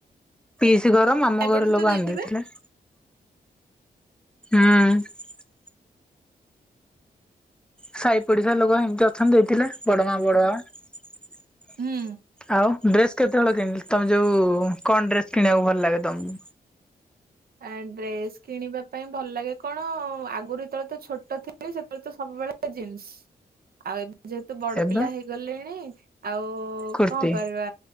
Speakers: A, in the centre; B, on the right.
A: ପିସି ଘର ମାମୁଁ
B: ସାଇପଡିଶା
A: ଘର ଲୋକ
B: ତ ଦେଇଥିବେ?
A: ଦେଇ ଥିଲେ। ହୁଁ। ସାହି ପଡ଼ିଶା ଲୋକ ଏମିତି ଅଛନ୍ତି ଦେଇଥିଲେ ବଡ ମା ବଡ ବାବା
B: ହୁଁ।
A: ଆଉ। ଡ୍ରେସ୍ କେତେବେଳେ କିଣିଲି ତମେ ଯୋଉ କଣ ଡ୍ରେସ୍ କିଣିବାକୁ ଭଲ ଲାଗେ ତମକୁ?
B: ଆ ଡ୍ରେସ୍ କିଣିବା ପାଇଁ ଭଲ ଲାଗେ କଣ ଆଗରୁ ଯେତେବେଳେ ତ ଛୋଟ ଥିଲି ସେତେବେଳେ ତ ସବୁବେଳେ ଜିନ୍ସ୍ ଆଉ। ଯେହେତୁ ବଡ଼
A: ଏବେ?
B: ପିଲା ହେଇଗଲେଣି ଆଉ
A: କୁର୍ତ୍ତି
B: କଣ କରିବା?